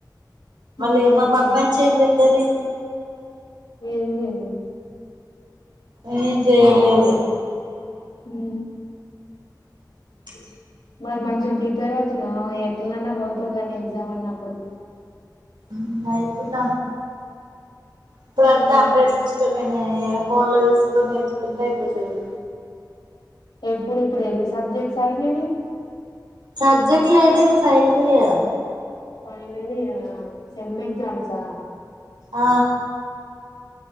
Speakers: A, on the right; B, on the left.
A: మళ్ళీ
B: మ్మ్
A: మా మమ్మీ వచ్చి ఏం చేతది
B: ఏం జేయదు
A: ఏం చేయలేదు
B: ఊ
A: అ
B: మరి మంచిగా ప్రిపేర్ అవుతున్నవ ఎట్లనన పోతావు కానీ ఎగ్జామ్ అన్నప్పుడు
A: ఊ లైఫు ల ఇప్పుడు
B: మ్మ్
A: అంతా అప్డేట్ సిస్టమ్ ఏనాయే ఆ ఫోన్ ల తీసుకొని నేర్చుకుంటే అయిపోతది
B: ఇప్పుడు ఇప్పుడు ఎన్ని సబ్జెక్ట్స్ ఆగినయి నీయి
A: సబ్జెక్ట్ లేదదు ఇది ఫైనల్ ఇయర్
B: ఫైనల్ ఇయర్ ఆ సెమ్ ఎక్జామ్సా
A: ఆ